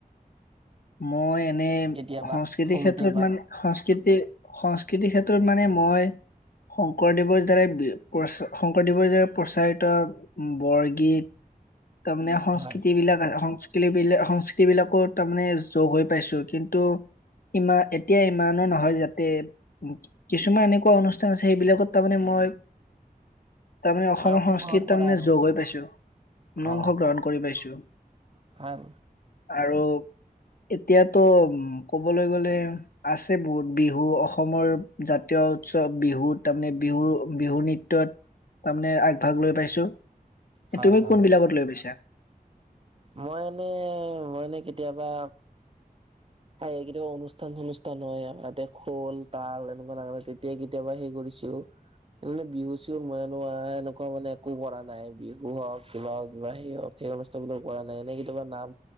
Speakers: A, on the left; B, on the right.
A: মই এনে
B: কেতিয়াবা
A: সংস্কৃতিৰ
B: সৰুতে
A: ক্ষেত্ৰত
B: বা
A: মানে সংস্কৃতি সংস্কৃতিৰ ক্ষেত্ৰত মানে মই শংকৰদেৱৰ দ্বাৰাই প্ৰচা শংকৰদেৱৰ দ্বাৰা প্ৰচাৰিত বৰগীত তাৰমানে সংস্কৃতি
B: হয়
A: বিলাক সংস্কৃলি বিলাক সংস্কৃতি বিলাকো তাৰমানে চ' গৈ পাইছো কিন্তু ইমা এতিয়া ইমানো নহয় যাতে কিছুমান এনেকুৱা অনুষ্ঠান আছে সেইবিলাকত তাৰমানে মই তাৰ মানে অসমৰ
B: অংশগ্ৰহণ
A: সংস্কৃত
B: কৰা
A: তাৰ মানে
B: আৰু
A: যোগ হৈ পাইছো।
B: অ
A: অংশ গ্ৰহণ কৰি পাইছো।
B: ভাল।
A: আৰু এতিয়াতো উম ক'বলৈ গ'লে আছে বহুত বিহু অসমৰ জাতীয় উৎসৱ বিহুত তাৰমানে বিহু, বিহু নৃত্যত তাৰমানে আগভাগ লৈ পাইছো,
B: হয়
A: তুমি
B: হয়
A: কোনবিলাকত
B: হয়
A: লৈ পাইছা?
B: মই এনে মই এনে কেতিয়াবা হয় কেতিয়াবা অনুষ্ঠান চনুষ্ঠান হয় আমাৰ তাতে খোল তাল এনেকুৱা <unintelligible> এই কেতিয়াবা সেই কৰিছিলো। মানে বিহু চিহু মই <unintelligible> এনেকুৱা মানে একো কৰা নাই বিহু হওক কিবা হওক কিবা সেই হওক। সেই অনুস্থানবোৰ কৰা নাই এনেই কেতিয়াবা নাম